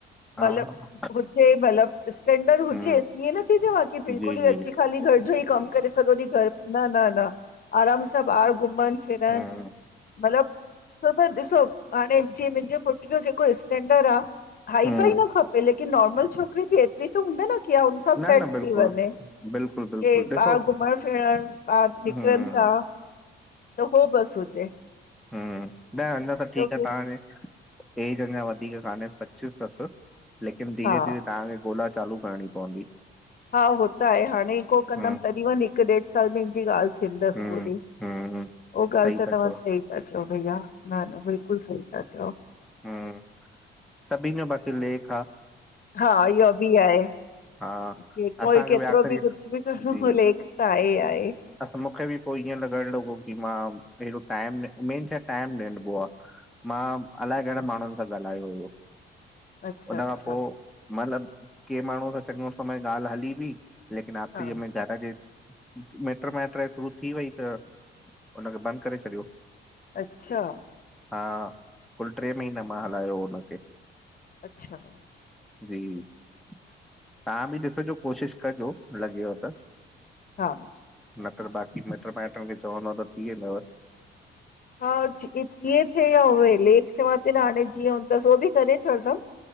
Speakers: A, in the centre; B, on the left.
A: हा
B: मतिलब हुजे, मतिलब स्टैंडर्ड हुजेस
A: हम्म
B: ईएं न चवां कि बिल्कुल
A: जी
B: ई
A: जी
B: खाली घर जो ई कम कि सॼो ॾींहुं घर, न न न आराम सां ॿाहिरि घुमण फिरण
A: हम्म
B: मतिलब, सुबह ॾिसो हाणे जीअं मुंहिंजे पुट जो जेको स्टैंडर्ड आ। हाई
A: हम्म
B: फाई न खपे, लेकिन नॉर्मल छोकिरी खे एतिरी त हूंदी न कि हुन सां
A: न
B: सेट
A: न
B: थी
A: बिल्कुलु
B: वञे।
A: बिल्कुलु बिल्कुलु
B: के
A: ॾिसो
B: ॿाहिर घुमण फिरण, ॿाहिरि निकिरनि
A: हम्म
B: था। त हो बस तो चए।
A: ह्म्, न अञा त ठीकु
B: की
A: आ, तांखे एज अञा वधीक कान्हे पचीस तसि। लेकिन धीरे
B: हा
A: धीेरे तव्हांखे ॻोला चालू करणी पवंदी।
B: हा, हो त आहे हाणे को कंदमि
A: हूं
B: तॾीं वञी हिकु ॾेढ साल में <unintelligible> ॻाल्हि थींदस
A: हूं
B: पूरी।
A: हूं
B: उह ॻाल्हि
A: सही
B: त
A: था
B: तव्हां
A: चओ
B: सही था चओ भैया, न न बिल्कुलु सही था चओ।
A: हा, सभी में बाक़ी लेख आ
B: हा इहो बि आहे
A: हा
B: कोई
A: असांखे
B: केतिरो
A: आख़िरी
B: बि कुछ बि करो
A: जी
B: लेख त आहे आहे।
A: असां मूंखे बि पोइ इअं लॻण लॻो की मां हेॾो टाइम मेन शइ टाइम ॾढबो आ मां इलाए घणनि माण्हुनि सां ॻाल्हायो हुयो।
B: अच्छा
A: हुन
B: अच्छा
A: खां पोइ मतलब के माण्हू त चङ ॻाल्हि हली बि लकिन आखिरी
B: हा
A: में घर जे <unintelligible> मिट माइट थ्रू थी वई, त हुनखे बंदि करे छॾियो।
B: अच्छा।
A: हा, कुल टे महीना मां हलायो हुनखे
B: अच्छा
A: जी तव्हां बि ॾिसजो, कोशिशि कजो लॻेव त
B: हा
A: न त बाक़ी मिट माइटनि खे चवंद त थी वेंदव
B: हा इअं थिए या उहे लेख चवां थी न हाणे जीअं हूंदसि, उहो बि करे खणदम